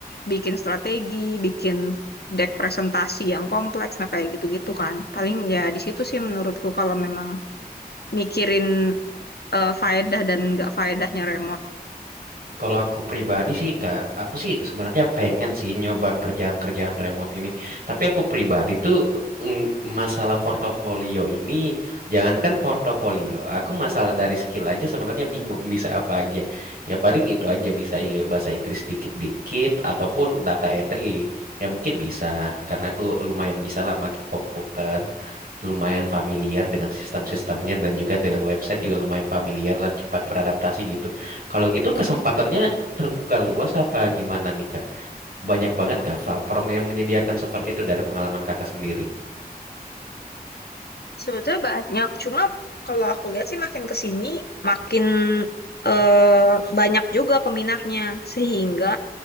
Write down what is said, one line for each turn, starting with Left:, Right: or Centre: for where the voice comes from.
Left: bikin strategi bikin deck presentasi yang kompleks nah kayak gitu-gitu kan paling ya di situ sih menurutku kalau memang mikirin eh, faedah dan nggak faedahnya remor
Right: Kalau aku pribadi sih Kak, aku sih sebenarnya pengen sih nyoba kerjaan-kerjaan remote ini. Tapi aku pribadi tuh mm, masalah portofolio ini, jangankan portofolio, aku masalah dari skill aja sebenarnya bingung bisa apa aja. Ya paling itu aja bisa ing- bahasa Inggris dikit-dikit ataupun data entry. Ya mungkin bisa karena aku lumayan bisa lah pakai komputer. Lumayan familiar dengan sistem-sistemnya dan juga dengan website juga lumayan familiar lah cepat beradaptasi gitu. Kalau gitu kesempatannya terbuka luas apa gimana nih Kak? Banyak banget Kak platform yang menyediakan seperti itu dari pengalaman Kakak sendiri.
Left: Sebetulnya banyak, cuma kalau aku lihat sih makin ke sini makin eh, banyak juga peminatnya, sehingga